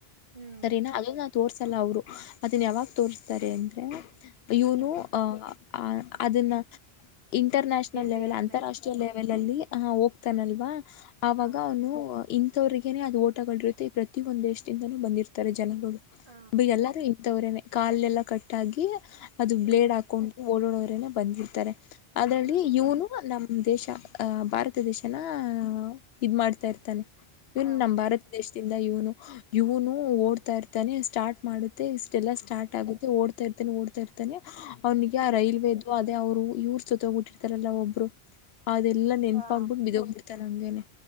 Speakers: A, on the right (about 55°); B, on the left (about 75°).
A: ಹ್ಮ್
B: ಸರಿನಾ ತೋರಿಸಲ್ಲ ಅವರು ಅದನ್ನ ಯಾವಾಗ ತೋರ್ಸ್ತಾರೆ ಅಂದರೆ. ಇವನು
A: ಹ್ಮ್
B: ಅಹ ಅ ಅದನ್ನ ಇಂಟರ್ ನ್ಯಾಷನಲ್
A: ಗೆದ್ದೆ
B: ಲೆವೆಲ್
A: ಆದ್ಮೇಲೆ
B: ಅಂತಾರಾಷ್ಟ್ರೀಯ ಲೆವೆಲ್ ಅಲ್ಲಿ ಅ ಹೋಗ್ ತ್ತಾನಲ್ವಾ ಅವಾಗ
A: ಹ
B: ಅವನು ಇನ್ ಅಂವ್ರಗೇನೆ ಅದು ಓಟಗಳ ರೀತಿ ಪ್ರತಿ ಒಂದು ದೇಶದಿಂದೂ ಬಂದಿರ್ ತ್ತಾರೆ ಜನಗಳು
A: ಹ
B: ಎಲ್ಲಾರು ಇಂಥವರೇನೆ ಕಾಲ ಎಲ್ಲಾ ಕಟ್ಟಾಗಿ ಅದು ಬ್ಲೇಡ್
A: ಹ್ಮ್
B: ಹಾಕೊಂಡು ಓಡಡೋವರೆಲ್ಲ ಬಂದಿರ್ತಾರೆ ಅದರಲ್ಲಿ
A: ಹ್ಮ್
B: ಇವನು ನಮ್ ದೇಶ ಅಹ ಭಾರತ ದೇಶನ ಇದ್ ಮಾಡ್ತಾ ಇರ್ತಾನೆ. ಇವನ್
A: ಹಾ
B: ನಮ್ಮ ಭಾರತ ದೇಶದಿಂದ ಇವನು ಇವನು ಓಡ್ತಾ ಇರ್ತಾನೆ ಸ್ಟಾರ್ಟ್ ಮಾಡುತ್ತೆ ಇಷ್ಟೆಲ್ಲ ಸ್ಟಾರ್ಟ್ ಆಗುತ್ತೆ ಓಡ್ತಾ ಇರ್ತಾನೆ ಓಡ್ತಾ ಇರ್ತಾನೆ ಅವ್ನಿಗೆ
A: ಹ್ಮ್
B: ಆ ರೈಲ್ವೆೇದು ಅದೇ ಅವರು ಇವರು ಜೊತೆ ಹೋಗ್ಬಿಟ್ಟಿರ್ತಾರಲ್ಲ ಒಬ್ಬರು. ಅದೆಲ್ಲಾ ನೆನಪಾಗ
A: ಹಾ
B: ಬಿಟ್ಟು ಬಿದೋಗ್ಬಿಡ್ತಾನೆ ಹಂಗೇನೆ